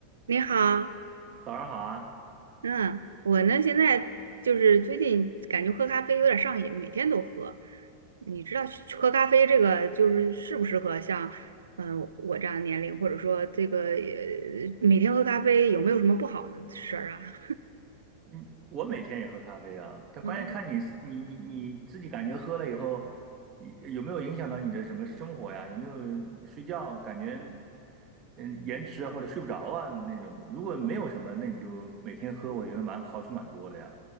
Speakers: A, on the right (about 70°); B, on the right (about 30°).
A: 你好，
B: 早上好啊，
A: 嗯，我呢现在就是最近感觉喝咖啡有点上瘾，每天都喝。你知道去喝咖啡这个就是适不适合像嗯、呃我这样的年龄，或者说这个呃每天喝咖啡有没有什么不好的事儿啊？
B: 嗯，我每天也喝咖啡啊，但关键看你是你你你自己感觉喝了以后，
A: <laughs>
B: 有有没有影响到你的什么生活呀？有没有睡觉感觉嗯延迟啊或者睡不着啊那种？如果没有什么，那你就每天喝，我觉得蛮好处蛮多的呀。